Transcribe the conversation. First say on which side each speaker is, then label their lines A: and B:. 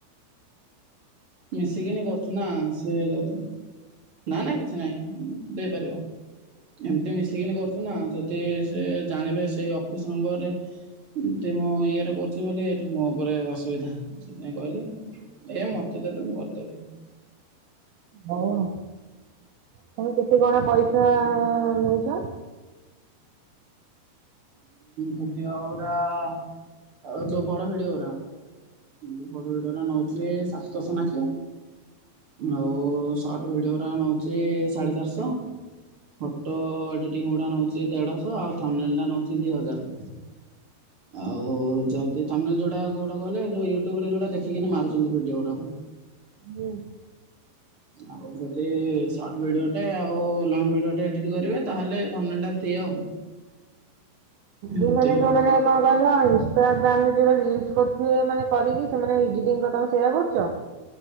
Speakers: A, on the right; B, on the right.
A: ମିଶିକିନି କରୁଛୁ ନା ସେ ଯଦି ନା ନା କିଛି ନାଇଁ ଦେଇପାରିବ। ଏମତି ମିଶିକିନି କରୁଛୁ ନା ଯଦି ସେ ଜାଣିବେ ସେଇ ଅଫିସ ନମ୍ବରରେ ଉମ ସେ ମୋ ଇଏ ରେ କରୁଛି ବୋଲି ଏଇଠୁ ମୋ ଉପରେ ଅସୁବିଧା ସେଥିପାଇଁ କହିଲି ଏ ମତେ ତେ ଦେବେ ମୁଁ କରିଦେବି।
B: ହଉ ହଁ ତମେ କେତେ କଣ ପଇସା ନଉଛ?
A: ହଁ ଜଉ ଭିଡିଓ ଗୋରା ବଡ଼ ଭିଡିଓ ଗୋରା। ମୁଁ ବଡ଼ ଭିଡିଓରା ନଉଛି ସାତଶହ ନା କଣ। ଆଉ ସଟ୍ ଭିଡିଓଟା ନଉଛି ସାଢ଼େ ଚାରିଶହ। ଫଟୋ ଏଡିଟିଂ ଗୁଡା ନଉଛି ଦେଢଶହ ଆଉ ଥମ୍ୱନେଲ ଟା ନଉଛି ଦି ହଜାର।
B: <inaudible>
A: ଆଉ ଯଦି ତମେ ଯୋଉଟା କୋଉଟା କହିଲ। ଇୟୁଟ୍ୟୁବ ରେ ଯଉଟା ଦେଖିକି ମାରୁଛନ୍ତି ଭିଡିଓ ଗୁଡାକୁ।
B: ହୁଁ।
A: ଆଉ ଯଦି ସର୍ଟ ଭିଡିଓଟେ ଆଉ ଲଙ୍ଗ ଭିଡିଓଟେ ଏଡିଟ କରିବେ ତାହେଲେ- ଫ୍ରୀ ଆଉ।
B: <inaudible>
A: ଏମତି
B: ହ ମାନେ ଯୋଉମାନୋ କଣ କହିଲ। ଇନ୍ସଟାଗ୍ରାମରେ ଯୋଉଟା ରିଲସ କରୁଥିବେ ମାନେ କରିକି ସେଟା ଏଡିଙ୍ଗ କରୁଥୀଵେ ତମେ ସେଇଟା କରୁଛ।